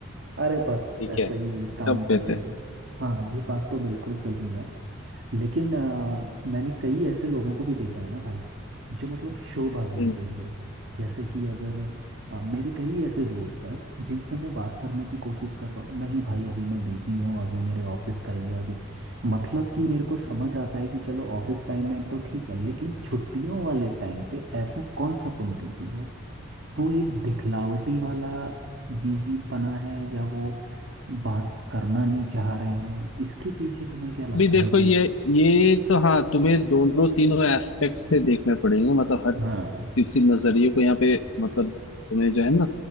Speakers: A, on the right (about 60°); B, on the left (about 75°).
A: अरे बस
B: ठीक
A: ऐसे
B: है
A: ही काम
B: सब कहते
A: का तो ये
B: हैं
A: हाँ ये बात तो बिल्कुल सही है लेकिन आ, मैंने कई ऐसे लोगों को भी देखा है ना भाई जो मतलब शोबाजी
B: हम्म।
A: के लिए जैसे कि अगर आ, मेरे कई ऐसे दोस्त हैं जिनसे मैं बात करने की कोशिश करता हूँ नहीं भाई अभी मैं बिजी हूँ अभी मेरे ऑफिस का ही है अभी मतलब कि मेरे को समझ आता है कि चलो ऑफिस टाइम में तो ठीक है लेकिन छुट्टियों वाले टाइम पे ऐसा कौन सा तुम बिजी हो वो एक दिखलावटी वाला बिजी पना है या वो बात करना नहीं चाह रहे हैं इसके पीछे तुम्हें क्या लगता
B: अभी देखो
A: है कि
B: ये ये तो हाँ तुम्हें दोनों तीनों एस्पेक्ट से देखने पड़ेंगे मतलब हर
A: हाँ
B: किसी नजरिए को यहाँ पे मतलब तुम्हें जो है ना